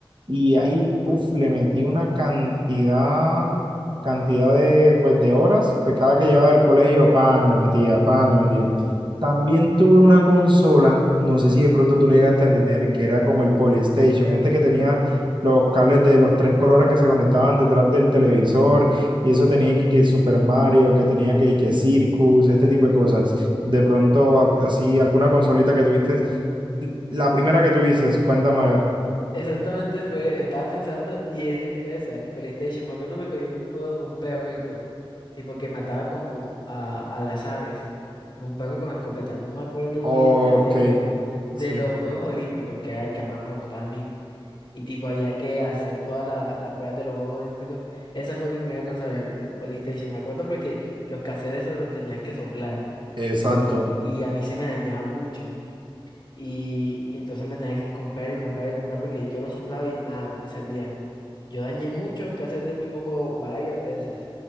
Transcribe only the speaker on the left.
Exactamente fue, estaba pensando y es- fue esa, el PlayStation. Me acuerdo porque había un juego de un perrito, tipo que mataba como a, a las aves, tipo un perro con escopeta, no me acuerdo
muy bien. Y había uno de
los Juegos Olímpicos, que era el que más me gustaba a mí. Y tipo había que hacer todas la- las pruebas de los Juegos Olímpicos. Esa fue mi primera consola, el, el PlayStation. Me acuerdo porque los cassettes esos los tenías que soplar
y, y a mí se me dañaban mucho. Y, y entonces me tenía que comprar y comprar y comprar porque yo lo soplaba y nada, no me servía. Yo dañé muchos cassettes del mismo juego varias veces.